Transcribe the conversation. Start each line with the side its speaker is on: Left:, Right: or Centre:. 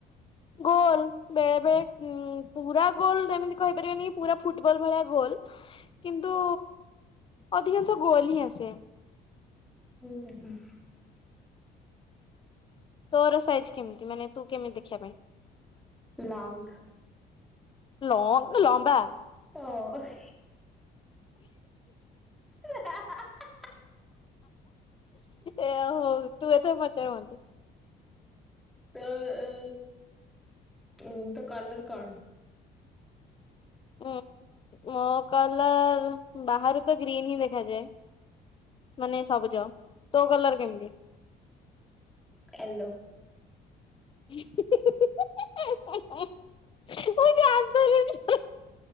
Left: ଗୋଲ୍। ବେଳେ ବେଳେ ଉଁ ପୁରା ଗୋଲ ହେମିତି କହିପାରିବାନି ପୁରା ଫୁଟବଲ ଭଳିଆ ଗୋଲ। କିନ୍ତୁ ଅଧିକାଂଶ ଗୋଲ୍ ହିଁ ଆସେ।
Centre: ହୁଁ ହୁଁ ହୁଁ।
Left: ତୋର ସାଇଜ୍ କେମିତି ମାନେ ତୁ କେମିତି ଦେଖିଆ ପାଇଁ?
Centre: ଲଙ୍ଗ।
Left: ଲଙ୍ଗ ଲମ୍ବା।
Centre: ହଁ ହା ହା ହା।
Left: ଏ ହଉ ତୁ ଏଥର ପଚାର୍ ମତେ?
Centre: ତୋ ଓ ଉଁ ତୋ କଲର କଣ?
Left: ଉଁ ମୋ କଲର ବାହାରୁ ତ ଗ୍ରୀନ୍ ହିଁ ଦେଖାଯାଏ। ମାନେ ସବୁଜ ତୋ କଲର କେମିତି?
Centre: ଏଲୋ।
Left: ମୁଁ ଜାଣିସାରିଲିଣି।